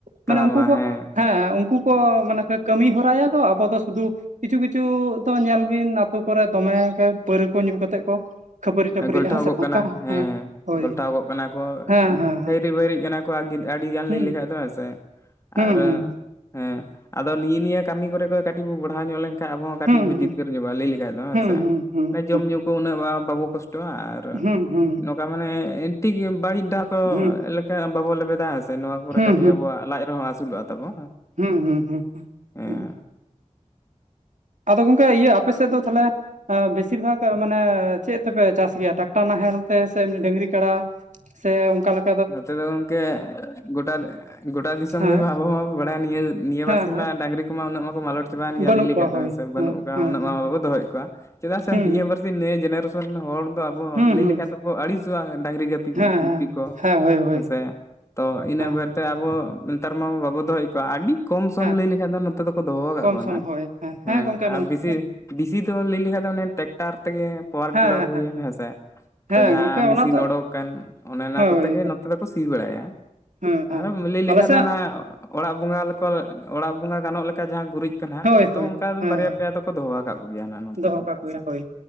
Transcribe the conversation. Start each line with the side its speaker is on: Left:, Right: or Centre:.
Left: ᱛᱟᱲᱟᱢᱟ
Right: ᱢᱟᱱᱮ ᱩᱝᱠᱩ ᱠᱚ
Left: ᱦᱮᱸ
Right: ᱦᱮᱸ ᱩᱝᱠᱩ ᱠᱚ ᱢᱟᱱᱮ ᱠᱚ ᱠᱟᱹᱢᱤ ᱦᱚᱨᱟᱭᱟ ᱠᱚ ᱟᱵᱚ ᱫᱚ ᱥᱩᱫᱩ ᱠᱤᱪᱷᱩ ᱠᱤᱪᱷᱩ ᱫᱚ ᱧᱮᱞ ᱵᱤᱱ ᱟᱹᱛᱩ ᱠᱚᱨᱮ ᱫᱚᱢᱮ ᱜᱮ ᱯᱟᱹᱣᱨᱟᱹ ᱠᱚ ᱧᱩ ᱠᱟᱛᱮᱜ ᱠᱚ ᱠᱷᱟᱹᱯᱟᱹᱨᱤ ᱴᱟᱹᱯᱟᱹᱨᱤᱜᱼᱟ
Left: ᱜᱚᱞᱴᱟᱣᱚᱜ
Right: ᱦᱮᱸ ᱥᱮ
Left: ᱠᱟᱱᱟ
Right: ᱚᱱᱠᱟ
Left: ᱦᱮᱸ,
Right: ᱦᱳᱭ
Left: ᱜᱚᱞᱴᱟᱣᱚᱜ ᱠᱟᱱᱟ ᱠᱚ
Right: ᱦᱮᱸ ᱦᱮᱸ ᱦᱮᱸ
Left: ᱠᱷᱟᱭᱨᱤ ᱵᱟᱭᱨᱤᱜ ᱠᱟᱱᱟ ᱠᱩᱣᱟᱜ ᱜᱮ ᱟᱹᱰᱤᱜᱟᱱ
Right: ᱦᱩᱸ
Left: ᱞᱟᱹᱭ ᱞᱮᱠᱷᱟᱱ ᱫᱚ ᱦᱮᱸ ᱥᱮ, ᱟᱨ
Right: ᱦᱩᱸ ᱦᱩᱸ
Left: ᱦᱮᱸ ᱟᱫᱚ ᱱᱤᱭᱟᱹ ᱱᱤᱭᱟᱹ ᱠᱟᱹᱢᱤ ᱠᱚᱨᱮ ᱫᱚ ᱠᱟᱹᱴᱤᱡ ᱵᱚ ᱵᱟᱲᱦᱟᱣ ᱧᱚᱜ ᱞᱮᱱ ᱠᱟ ᱟᱵᱚᱦᱚᱸ ᱠᱟᱡᱤᱡ
Right: ᱦᱩᱸ
Left: ᱵᱚ
Right: ᱦᱩᱸ
Left: ᱡᱤᱛᱠᱟᱹᱨ ᱧᱚᱜᱚᱜ-ᱟ ᱞᱟᱹᱭ ᱞᱮᱠᱷᱟᱡ ᱫᱚ ᱦᱮᱸ
Right: ᱦᱩᱸ
Left: ᱥᱮ,
Right: ᱦᱩᱸ ᱦᱩᱸ ᱦᱩᱸ
Left: ᱡᱚᱢ ᱧᱩ ᱠᱚ ᱩᱱᱟᱹᱜ ᱵᱟᱵᱚ ᱠᱚᱥ ᱴᱚᱜ-ᱟ ᱟᱨ
Right: ᱦᱩᱸ ᱦᱩᱸ
Left: ᱱᱚᱝᱠᱟ ᱢᱟᱱᱮ ᱴᱤᱠ ᱵᱟᱹᱲᱤᱡ ᱫᱟᱜ ᱠᱚ
Right: ᱦᱩᱸ
Left: ᱞᱮᱠᱟ ᱵᱟᱵᱚ ᱞᱮᱵᱮᱫᱟ ᱦᱮᱸ ᱥᱮ, ᱱᱚᱣᱟ ᱠᱚᱨᱮ
Right: ᱦᱩᱸ
Left: ᱠᱟᱹᱴᱤᱡ ᱟᱵᱚᱣᱟᱜ ᱞᱟᱡ ᱨᱮᱦᱚᱸ ᱟᱹᱥᱩᱞᱚᱜ-ᱟ ᱛᱟᱵᱚ᱾
Right: ᱦᱩᱸ ᱦᱩᱸ ᱦᱩᱸ ᱦᱩᱸ,
Left: ᱦᱮᱸ
Right: ᱦᱩᱸ᱾ ᱟᱫᱚ ᱜᱚᱝᱠᱮ ᱤᱭᱟᱹ ᱟᱯᱮ ᱥᱮᱫ ᱫᱚ ᱛᱟᱦᱞᱮ ᱟᱸᱻ ᱵᱮᱥᱤᱨ ᱵᱷᱟᱜᱽ ᱢᱟᱱᱮ ᱪᱮᱫ ᱛᱮᱯᱮ ᱪᱟᱥ ᱜᱮᱭᱟ ᱴᱨᱟᱠᱴᱟᱨ ᱱᱟᱦᱮᱞ ᱛᱮ ᱥᱮ ᱮᱢᱱᱤ ᱰᱟᱹᱝᱨᱤ ᱠᱟᱲᱟ? ᱥᱮ ᱚᱝᱠᱟ ᱞᱮᱠ
Left: ᱱᱚᱛᱮ ᱫᱚ ᱜᱚᱝᱠᱮ ᱜᱚᱴᱟ, ᱜᱚᱴᱟ ᱫᱤᱥᱚᱢ
Right: ᱦᱮᱸ
Left: ᱜᱮ ᱟᱵᱚ ᱢᱟᱵᱚ ᱵᱟᱲᱟᱭᱟ ᱱᱤᱭᱟᱹ, ᱱᱤᱭᱟᱹ ᱵᱟᱨ
Right: ᱦᱮᱸ
Left: ᱥᱤᱧ
Right: ᱦᱮᱸ
Left: ᱢᱟ ᱰᱟᱝᱨᱤ ᱩᱱᱠᱩᱢᱟ ᱩᱱᱟᱹᱜ ᱢᱟᱠᱚ ᱢᱟᱞᱚᱴ ᱪᱟᱵᱟᱭᱮᱱ ᱜᱮᱭᱟ
Right: ᱵᱟᱹᱱᱩᱜ
Left: ᱞᱟᱹᱭ ᱞᱮᱠᱷᱟᱱ
Right: ᱠᱚᱣᱟ
Left: ᱫᱚ
Right: ᱦᱳᱭ
Left: ᱦᱮᱸ ᱥᱮ᱾ ᱵᱟᱹᱱᱩᱜ ᱠᱚᱣᱟ
Right: ᱦᱮᱸ
Left: ᱩᱱᱟᱹᱜ
Right: ᱦᱮᱸ
Left: ᱢᱟ ᱵᱟᱵᱚ ᱫᱚᱦᱚᱭᱮᱫ ᱠᱚᱣᱟ ᱪᱮᱫᱟᱜ ᱥᱮ
Right: ᱦᱩᱸ
Left: ᱱᱤᱭᱟᱹ ᱯᱟᱹᱨᱥᱤᱟᱨ ᱱᱤᱭᱟᱹ ᱡᱮᱱᱟᱨᱮᱥᱚᱱ ᱨᱮᱱ ᱦᱚᱲ ᱫᱚ ᱟ᱾ ᱟᱵᱚ
Right: ᱦᱩᱸ
Left: ᱞᱟᱹᱭ
Right: ᱦᱩᱸ
Left: ᱞᱮᱠᱷᱟᱱ ᱫᱚᱵᱚ ᱟᱹᱲᱤᱥᱚᱜᱼᱟ ᱰᱟᱹᱝᱨᱤ ᱜᱟᱯᱤ
Right: ᱦᱮᱸ
Left: ᱜᱩᱯᱤ
Right: ᱦᱮᱸ
Left: ᱠᱚ᱾
Right: ᱦᱮᱸ ᱦᱳᱭ ᱦᱳᱭ
Left: ᱦᱮᱸᱥᱮ ᱛᱚ ᱤᱱᱟᱹ
Right: ᱦᱮᱸ
Left: ᱵᱟᱨᱛᱮ ᱟᱵᱚ ᱱᱮᱛᱟᱨ ᱢᱟ ᱵᱟᱵᱚ ᱫᱚᱦᱚᱭᱮᱫ ᱠᱚᱣᱟ ᱟᱹᱰᱤ᱾ ᱠᱚᱢ ᱥᱚᱢ
Right: ᱦᱮᱸ
Left: ᱞᱟᱹᱭ ᱞᱮᱠᱷᱟᱱ ᱫᱚ ᱱᱚᱛᱮ ᱫᱚᱠᱚ ᱫᱚᱦᱚ ᱟᱠᱟᱫ
Right: ᱠᱚᱢ
Left: ᱠᱚᱣᱟ
Right: ᱥᱚᱢ
Left: ᱱᱟᱦᱟᱜ
Right: ᱦᱳᱭ
Left: ᱦᱮᱸ
Right: ᱜᱚᱝᱠᱮ ᱱᱚᱝᱠᱟ
Left: ᱟᱨ ᱵᱤᱥᱤ᱾
Right: ᱦᱮᱸ
Left: ᱵᱮᱥᱤ ᱫᱚ ᱞᱟᱹᱭ ᱞᱮᱠᱷᱟᱱᱡ ᱫᱚ ᱚᱱᱮ ᱴᱮᱠᱴᱟᱨ ᱛᱮᱜᱮ᱾ ᱯᱟᱣᱟᱨ
Right: ᱦᱮᱸ
Left: ᱴᱤᱞᱚᱨ ᱦᱩᱭᱮᱱ
Right: ᱦᱮᱸ
Left: ᱦᱮᱸᱥᱮ ᱛᱚ
Right: ᱦᱮᱸ
Left: ᱡᱟᱦᱟᱸ
Right: ᱜᱚᱝᱠᱮ
Left: ᱢᱮᱥᱤᱱ
Right: ᱚᱱᱟ ᱫᱚ
Left: ᱚᱰᱳᱠ ᱟᱠᱟᱱ ᱚᱲᱮ ᱨᱮᱱᱟᱜ᱾
Right: ᱦᱳᱭ
Left: ᱠᱚᱛᱮ ᱜᱮ ᱱᱚᱛᱮ ᱫᱚᱠᱚ ᱥᱤ ᱵᱟᱲᱟᱭᱟ
Right: ᱦᱮᱸ ᱦᱮᱸ
Left: ᱟᱨᱢ ᱞᱟᱹᱭ ᱞᱮᱠᱷᱟᱱ
Right: ᱟᱞᱮ ᱥᱮᱫ
Left: ᱫᱚ ᱚᱱᱟ᱾ ᱚᱲᱟᱜ ᱵᱚᱸᱜᱟ ᱞᱮᱠᱟ ᱚᱲᱟᱜ ᱵᱚᱸᱜᱟ ᱜᱟᱱᱚᱜ ᱞᱮᱠᱟ ᱡᱟᱦᱟᱸ ᱜᱩᱨᱤᱡ᱾ ᱠᱟᱱᱟ
Right: ᱦᱳᱭ
Left: ᱛᱚ
Right: ᱦᱳᱭ
Left: ᱚᱱᱠᱟ
Right: ᱦᱮᱸ
Left: ᱵᱟᱨᱭᱟ
Right: ᱦᱮᱸ
Left: ᱯᱮᱭᱟ ᱫᱚᱠᱚ ᱫᱚᱦᱚᱣᱟ ᱟᱠᱟᱫ ᱠᱚᱜᱮᱭᱟ ᱱᱚᱛᱮ
Right: ᱫᱚᱦᱚ
Left: ᱫᱚ
Right: ᱠᱟᱠᱚ
Left: ᱦᱟᱜᱥᱮ᱾
Right: ᱜᱮᱭᱟ ᱦᱳᱭ